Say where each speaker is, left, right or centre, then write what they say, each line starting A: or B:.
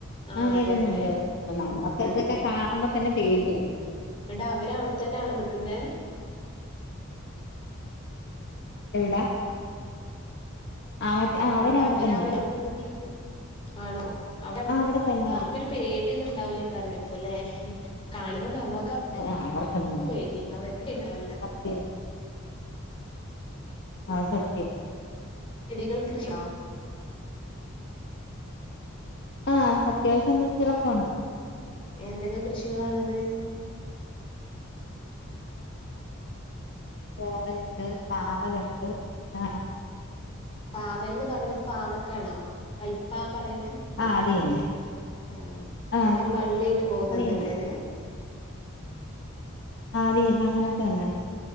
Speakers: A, on the left; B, on the left.
A: ആ
B: ആഹ കേൾക്കുന്നുണ്ട്
A: അതെ അതെ
B: നമ്മുക്ക്
A: അ
B: ഇതൊക്കെ കാണുമ്പോ തന്നെ പേടിയാണ്
A: എന്നിട്ട് അവര് അവിടെത്തന്നെയാണോ നിൽക്കുന്ന
B: എവിടാ ആ മറ്റേ ആ അവര്
A: ന്നട്ട്
B: അവിടെത്തന്നെ
A: ആ വെള്ളം നിക്കുന്ന സ്ഥലത്ത് ആണോ അവ അവിടുന്ന്
B: അവിടെ തന്നെ
A: അവർക്കൊരു പേടിയൊന്ന ണ്ടാവുലെക്കപ്പോ അല്ലെ കാണുന്നത് അമ്മക്ക
B: ആഹ് അവർക്കൊന്നും
A: പേടി അവർക്ക് പേടിണ്ടാവില്ല
B: സത്യം ആഹ സത്യം
A: ചെടികളും കൃഷോ
B: ആഹ അത്യാവശ്യം കൃഷികളൊക്കെ ഉണ്ട്
A: എന്തൊക്കെ കൃഷികള ഉള്ളത്
B: കോവലുണ്ട് പാവലുണ്ട് പിന്നെ
A: പാവൽന്ന് പറയണത് പാവക്കാണോ കയ്‌പ്പാ പറയണ
B: ആഹ അത തന്നെ
A: ആഹ
B: ആഹ്
A: അങ്ങനെ പള്ളിയായിട്ട് പോകുന്നതല്ലേത്
B: അത് തന്നെ ആ അതന്നെ അങ്ങനെത്ത തന്നെ